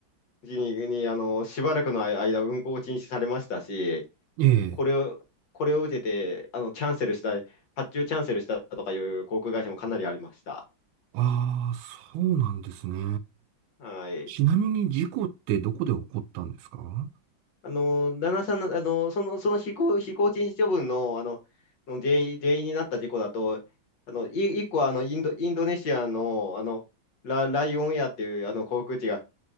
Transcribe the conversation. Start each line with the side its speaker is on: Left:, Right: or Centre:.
Left: に、に、あの、しばらくの間、運航を禁止されましたし、
Right: ええ
Left: これを、これを受けて、あの、キャンセルした、発注キャンセルしたとかいう航空会社もかなりありました。
Right: ああ、そうなんですね。
Left: はい。
Right: ちなみに事故ってどこで起こったんですか
Left: あの、旦那さんの、あの、その、その飛行、飛行禁止処分の、あの、の原因、原因になった事故だと、あの、い、一個はあの、インド、インドネシアの、あの、ラ、ライオンエアっていう、あの、航空機が、